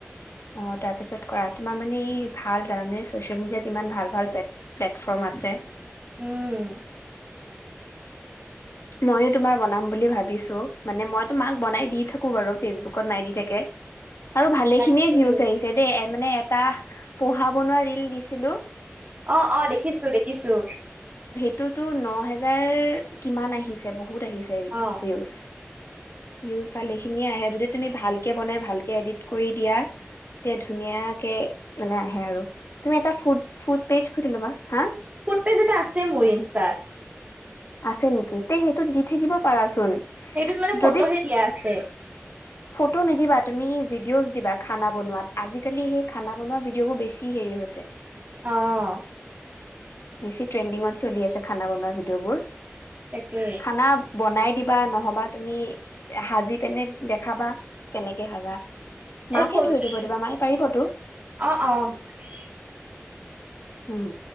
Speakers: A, on the left (about 65°); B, on the right (about 30°).
A: অ' তাৰপিছত কৰা তোমাৰ মানে ভাল জানানে ছচিয়েল মিডিয়াত ইমান ভাল ভাল প্লেটফৰ্ম আছে।
B: উম।
A: ময়ো তোমাৰ বনাম বুলি ভাবিছো মানে মইো মাক বনাই দি থাকো বাৰু ফেচবুকত নাই দি থাকে। আৰু ভালে
B: তাকে
A: খিনিয়ে ভিউচ আহিছে দেই এ মানে এটা পোহা বনোৱা ৰিল দিছিলোঁ।
B: অ', অ' দেখিছো দেখিছো।
A: <unintelligible> ন হাজাৰ কিমান আহি আহিছে বহু বহুত আহিছে
B: অ
A: ভিউজ। ভীযুজ ভালেখিনি আহে যদি তুমি ভালকে বনাই ভালকে এডিট কৰি দিয়া তেতিয়া ধুনীয়াকে আহে আৰু। তুমি এটা ফুড ফুড পেজ খুলি ল'বা হা
B: ফুদ পেজ এটা আছে মোৰ ইনস্টাত।
A: আছে নেকি? তে সেইটো দি থাকিব পাৰাচোন
B: সেইটোত মানে ফটোহে
A: যদি
B: দিয়া আছে
A: ফটো নিদিবা তুমি ভিডিঅ'জ দিবা খানা বনোৱা, আজিকালি সেই খানা বনোৱা ভিডি'অবোৰ বেছি হেৰি হৈছে।
B: অ'।
A: বেছি ট্ৰেণ্ডিঙত চলি আছে, খানা বনোৱা ভিডিঅ'বোৰ।
B: তাকে
A: খানা বনাই দিবা, নহ'বা তুমি সাজি পিনে দেখাবা কেনেকে সাজা।
B: <unintelligible>
A: মাকে ধৰি দিব দিবা মায়ে পাৰিবতো উম'।